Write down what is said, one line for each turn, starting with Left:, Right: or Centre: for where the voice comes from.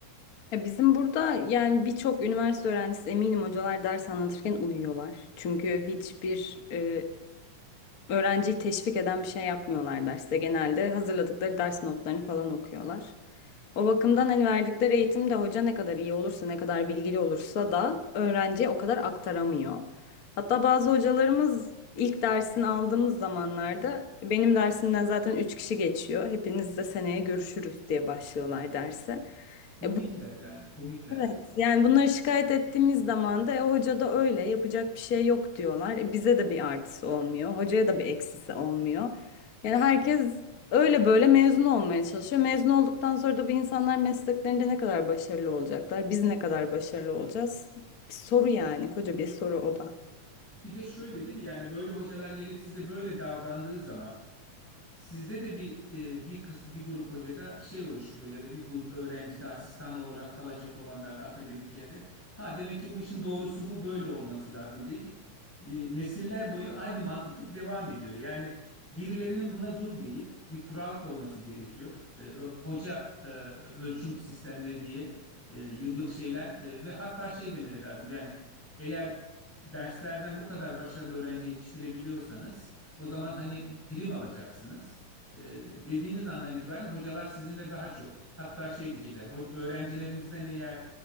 Left: Ya bizim burada yani birçok üniversite öğrencisi eminim hocalar ders anlatırken uyuyorlar. Çünkü hiçbir e, öğrenciyi teşvik eden bir şey yapmıyorlar derste. Genelde hazırladıkları ders notlarını falan okuyorlar. O bakımdan hani verdikleri eğitimde hoca ne kadar iyi olursa, ne kadar bilgili olursa da öğrenciye o kadar aktaramıyor. Hatta bazı hocalarımız ilk dersini aldığımız zamanlarda benim dersimden zaten 3 kişi geçiyor. Hepinizle seneye görüşürüz diye başlıyorlar derse.
Centre: Komikler
Left: E,
Centre: yani komikler.
Left: Evet, yani bunları şikayet ettiğimiz zaman da e, hoca da öyle yapacak bir şey yok diyorlar. E, bize de bir artısı olmuyor, hocaya da bir eksisi olmuyor. Yani herkes öyle böyle mezun olmaya çalışıyor. Mezun olduktan sonra da bu insanlar mesleklerinde ne kadar başarılı olacaklar, biz ne kadar başarılı olacağız? Bir soru yani, koca bir soru o da.
Centre: Bir de şöyle değil mi? Yani böyle hocalar gelip size böyle davrandığı zaman Sizde de bir e, bir kız bir grup hoca da şey oluşturuyor ya da bir grup öğrenci de asistan olarak kalacak olanlar da akademik yerde. Ha demek ki bu işin doğrusu bu böyle olması lazım deyip bir nesiller boyu aynı mantık devam ediyor. Yani birilerinin buna dur deyip bir kural koyması gerekiyor. E, ö- hoca e, ölçüm sistemleri diye e, yıllık şeyler e, ve hatta şey demeleri lazım. Yani eğer derslerden bu kadar başarılı öğrenci yetiştirebiliyorsanız o zaman hani prim alacaksınız. E, dediğiniz andan itibaren hocalar sizinle daha çok hatta şey diyecekler "Ho- öğrencilerinizden eğer